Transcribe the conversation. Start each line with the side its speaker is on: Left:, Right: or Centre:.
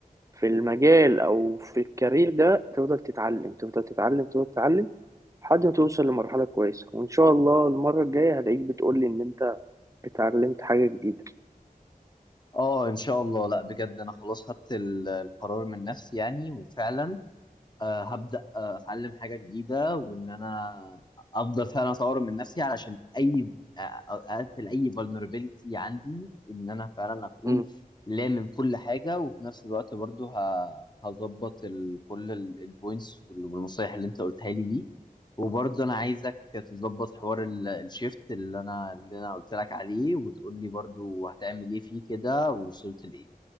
Right: في المجال او في الكارير ده تفضل تتعلم تفضل تتعلم تفضل تتعلم لحد ما توصل لمرحلة كويسة وان شاء الله المرة الجاية هلاقيك بتقولي ان انت اتعلمت حاجة جديدة
Left: اه ان شاء الله لا بجد انا خلاص خدت ال- القرار من نفسي يعني وفعلا آه، هبدأ آه، أتعلم حاجة جديدة وإن أنا أفضل فعلا أطور من نفسي علشان أي آه، أقتل أي vulnerability عندي إن أنا فعلا أكون
Right: مم.
Left: لامم كل حاجة وفي نفس الوقت برضو ه- هظبط ال- كل البوينتس والنصايح اللي أنت قلتها لي دي وبرضه أنا عايزك تظبط حوار ال- الشيفت اللي أنا اللي أنا قلت لك عليه وتقول لي برضو هتعمل إيه فيه كده ووصلت لإيه